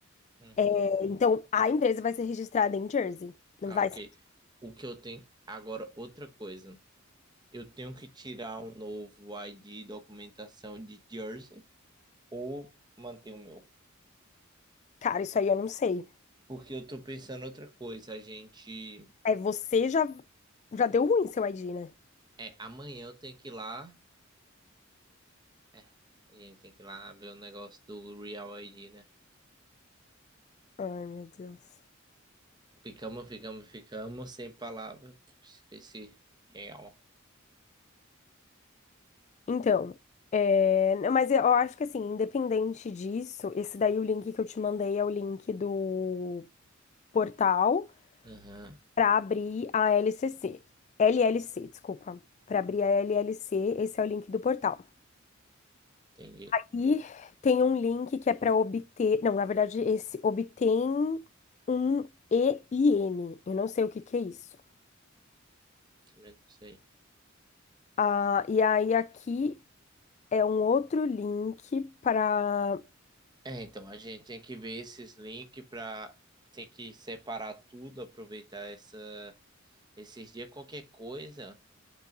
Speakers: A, on the right; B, on the left.
A: Uhum.
B: É, Então, a empresa vai ser registrada em Jersey. Não
A: Ah,
B: vai
A: ok.
B: ser.
A: O que eu tenho. Agora, outra coisa. Eu tenho que tirar um novo ID e documentação de Jersey ou manter o meu?
B: Cara, isso aí eu não sei.
A: Porque eu tô pensando outra coisa. A gente.
B: É, você já, já deu ruim seu ID, né?
A: É, amanhã eu tenho que ir lá É, a gente tem que ir lá ver o negócio do Real ID, né?
B: Ai, meu Deus.
A: Ficamos, ficamos, ficamos sem palavras. Esqueci. Real.
B: Então, é, não, mas eu acho que assim, independente disso, esse daí o link que eu te mandei é o link do portal
A: Aham,
B: para abrir a LCC. LLC, desculpa. Para abrir a LLC, esse é o link do portal.
A: entendi.
B: E tem um link que é para obter, não, na verdade, esse obtém um e i EIN. Eu não sei o que que é isso.
A: Também não sei.
B: Ah, e aí aqui é um outro link para.
A: É, então a gente tem que ver esses links pra. Tem que separar tudo, aproveitar essa... esses dias. Qualquer coisa,